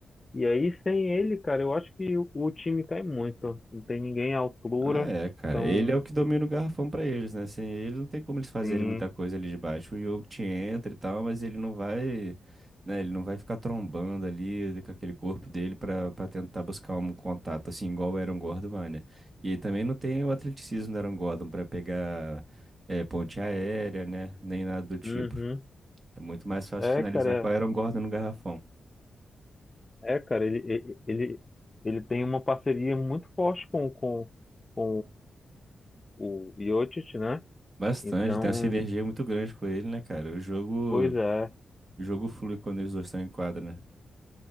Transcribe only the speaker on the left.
E aí, sem ele, cara, eu acho que o, o time cai muito. Não tem ninguém à altura.
Então,
sim.
Uhum.
É,
cara,
é, cara, ele, ele, ele ele tem uma parceria muito forte com, com, com o, o Jokic, né?
Então,
pois é.